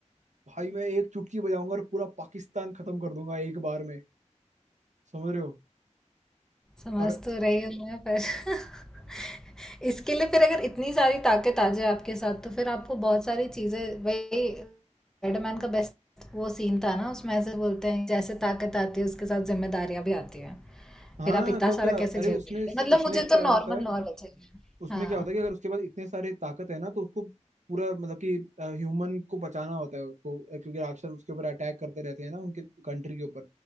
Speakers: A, on the right (about 70°); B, in the centre.
A: भाई मैं एक चुटकी बजाऊंगा और पूरा पाकिस्तान खत्म कर दूंगा एक बार में समझ रहे हो
B: समझ
A: और
B: तो रही हूँ मैं पर <laughs> इसके लिए फिर अगर इतनी सारी ताकत आ जाए आपके साथ तो फिर आपको बहुत सारी चीज़ें वही स्पाइडरमैन का बेस्ट वो सीन था ना उसमें ऐसे बोलते हैं जैसे ताकत आती है उसके साथ जिम्मेदारियां भी आती हैं
A: हाँ
B: फिर आप इतना
A: तो क्या
B: सारा
A: अरे
B: कैसे झेल
A: उसमें
B: पाते हैं? मतलब
A: उसमें
B: मुझे
A: क्या
B: तो नॉर्मल
A: होता है
B: नॉर्मल चाहिए
A: उसमें
B: हाँ
A: क्या होता है कि अगर उसके पास इतने सारे ताकत है ना तो उसको पूरा मतलब कि ह्यूमन को बचाना होता है उसको अ, क्योंकि राक्षस उसके ऊपर अटैक करते रहते हैं ना उनके कंट्री के ऊपर